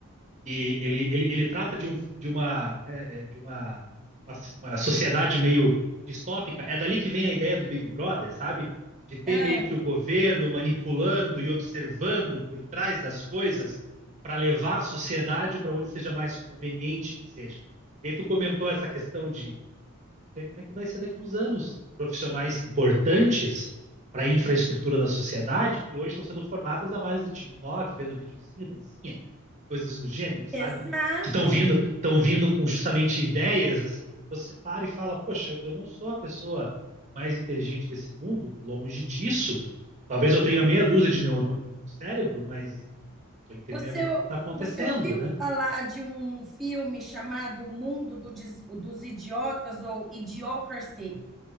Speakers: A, on the right; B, in the centre.
A: e oitenta e quatro, e ele, ele, ele trata de um, de uma, né, de uma, uma, uma sociedade meio distópica. É dali que vem a ideia do Big Brother, sabe? De ter
B: Ah,
A: meio que o governo manipulando e observando por trás das coisas para levar a sociedade para onde seja mais conveniente que seja. E aí tu comentou essa questão de sei como é que vai ser daqui a uns anos. Profissionais importantes para a infraestrutura da sociedade que hoje estão sendo formadas à base de TikTok, vendo videozinho, dancinha, coisas do gênero, sabe?
B: exato.
A: Que estão vindo, estão vindo com justamente ideias assim. Você para e fala, poxa, eu não sou a pessoa mais inteligente desse mundo, longe disso. Talvez eu tenha meia dúzia de neurônios no cérebro, mas estou entendendo
B: Você,
A: o que está acontecendo,
B: você ouviu
A: né?
B: falar de um filme chamado O Mundo do Des- dos Idiotas ou Idiocracy